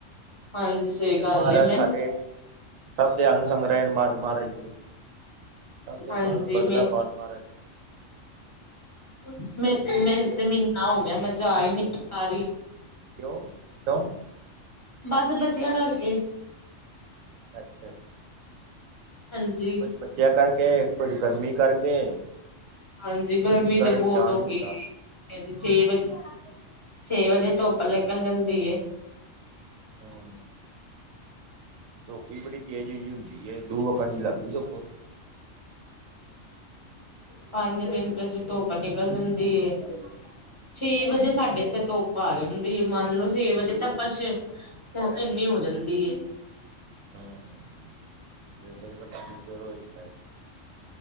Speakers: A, on the left (about 25°); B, on the right (about 85°).
A: ਹਾਂਜੀ
B: ਅਸੀਂ
A: ਸਹੀ
B: ਕਹਿੰਨੇ
A: ਗੱਲ
B: ਮਹਾਰਾਜ
A: ਏ ਮੈਂ
B: ਸਾਡੇ, ਸਭ ਦੇ ਅੰਗ-ਸੰਗ ਰਹਿਣ ਮ ਮਹਾਰਾਜ ਜੀ। ਸਭ ਦੇ
A: ਹੁਣ
B: ਘਰ
A: ਜਿਵੇਂ।
B: ਬਰਕਤਾਂ ਪਾਉਣ ਮਹਾਰਾਜ
A: ਮ ਮੈਂਨੂੰ ਤੇ ਮਹੀਨਾ ਹੋ ਗਿਆ, ਮੈਂ ਜਾ ਈ ਨੀ ਪਾ ਰੀ।
B: ਕਿਉਂ-ਕਿਉਂ।
A: ਬਸ ਬੱਚਿਆਂ ਕਰਕੇ।
B: ਅੱਛਾ।
A: ਹਾਂਜੀ
B: ਕੁੱਝ ਬੱਚਿਆ ਕਰਕੇ, ਕੁੱਝ ਗਰਮੀ ਕਰਕੇ।
A: ਹਾਂਜੀ, ਗਰਮੀ
B: ਜਿਸਦੇ ਕਾਰਨ
A: ਤੇ ਬਹੁਤ
B: ਧਿਆਨ
A: ਹੋਗੀ‌
B: ਨਹੀਂ ਹੁੰਦਾ
A: ਏਂ। ਛੇ ਵਜ਼ੇ, ਛੇ ਵਜ਼ੇ ਧੁੱਪ ਨਿਕਲ ਜਾਂਦੀ ਏ।
B: ਹੂੰ। ਧੁੱਪ ਈ ਬੜੀ ਤੇਜ਼ ਜਿ ਹੁੰਦੀ ਏ, ਦੁਰੋ ਹੀ ਅੱਖਾਂ'ਚ ਲੱਗਦੀ ਏ ਧੁੱਪ।
A: ਪੰਜ ਮਿੰਟ'ਚ ਧੁੱਪ ਨਿਕਲ ਜਾਂਦੀ ਏ। ਛੇ ਵਜ਼ੇ ਸਾਡੇ ਏਥੇ ਧੁੱਪ ਆ ਜਾਂਦੀ ਏ, ਮੰਨ ਲਓ ਛੇ ਵਜ਼ੇ ਤੱਪਛ ਏਨੀਂ ਹੋ ਜਾਂਦੀ ਏ।
B: ਹੂੰ <unintelligible> ਮੁਸ਼ਕਿਲ ਹੋ ਜਾਂਦਾ ਏ।